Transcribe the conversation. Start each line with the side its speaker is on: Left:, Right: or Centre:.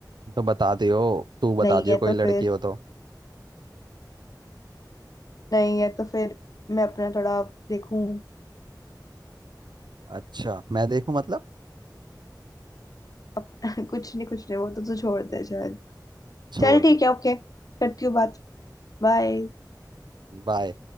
Right: तो बता दियो तू बता
Left: नहीं
Right: दियो
Left: है
Right: कोई
Left: तो
Right: लड़की
Left: फिर
Right: हो तो
Left: नहीं है तो फिर मैं अपना थोड़ा देखूं
Right: अच्छा मैं देखूं मतलब
Left: अप, <laughs> कुछ नहीं कुछ नहीं वो तो तू छोड़ दे शायद
Right: छोड़
Left: चल ठीक
Right: दे
Left: है ओके करती हूँ बात बाय
Right: बाय